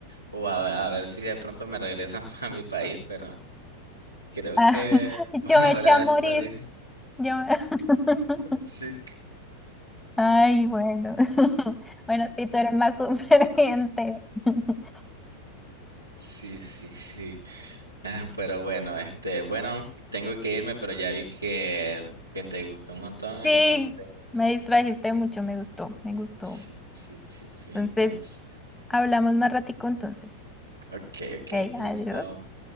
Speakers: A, on the right; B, in the centre.
A: o a, a ver si de pronto me regresan <laughs> para mi país, pero... Creo
B: Ah,
A: que
B: <laughs>
A: <laughs> por
B: yo me
A: ahora
B: eché a morir,
A: es área. <laughs>
B: yo me- <laughs>
A: Sí.
B: Ay, bueno, <laughs> bueno, si tú eres más superviviente. <laughs>
A: Sí, sí, sí. Ah, Pero bueno, este, bueno, tengo que irme, pero ya vi que, que te gustó un montón,
B: Sí,
A: entonces,
B: me distrajiste mucho, me gustó, me gustó.
A: sí, sí, sí, sí, entonces,
B: Entonces, Hablamos más ratico entonces.
A: ok, ok,
B: Hey,
A: listo.
B: adiós.